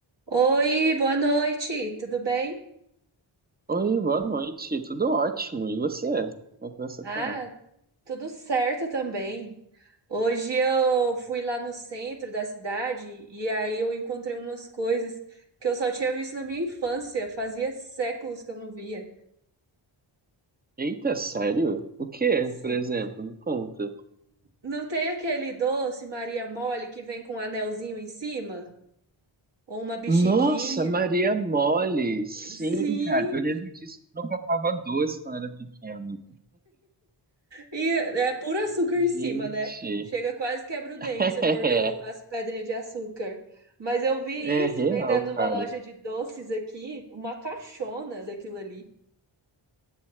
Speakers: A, on the right; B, on the right.
A: Oi, boa noite, tudo bem?
B: Oi, boa noite. Tudo ótimo. E você? Como é que você
A: Ah,
B: tá?
A: tudo certo também. Hoje eu fui lá no centro da cidade e aí eu encontrei umas coisas que eu só tinha visto na minha infância, fazia séculos que eu não via.
B: Eita, sério? O que
A: Sé-
B: por exemplo? Me conta.
A: Não tem aquele doce Maria Mole que vem com um anelzinho em cima? Ou uma bexiguinha?
B: Nossa, Maria Mole! Sim,
A: Sim,
B: cara, eu lembro disso que eu catava doce quando era pequeno.
A: E é puro açúcar
B: Gente,
A: em cima, né? Chega quase quebra o dente,
B: <laughs>
A: você mordeu
B: é,
A: as pedrinhas de açúcar. Mas eu vi
B: é
A: isso
B: real,
A: vendendo numa
B: cara.
A: loja de doces aqui, uma caixona daquilo ali.